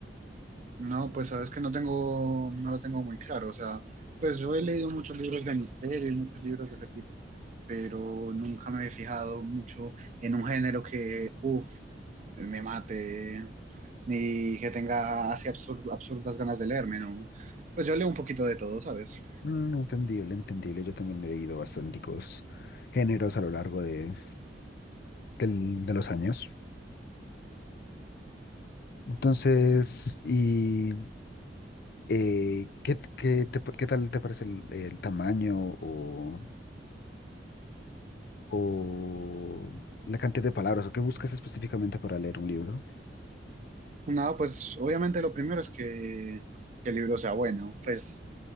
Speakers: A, on the right (about 45°); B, on the left (about 60°).
A: No, pues sabes que no tengo, no lo tengo muy claro. O sea, pues yo he leído muchos libros de misterio y muchos libros de ese tipo, pero nunca me he fijado mucho en un género que, uff, me mate, ni que tenga así absur- absurdas ganas de leerme, ¿no? Pues yo leo un poquito de todo, ¿sabes?
B: Mm, entendible, entendible. Yo también he leído bastanticos géneros a lo largo de, del- de los años. Entonces, ¿y eh, qué, t- qué te qué tal te parece el, el tamaño o, o la cantidad de palabras o qué buscas específicamente para leer un libro?
A: Nada, pues obviamente lo primero es que, que el libro sea bueno. Pues,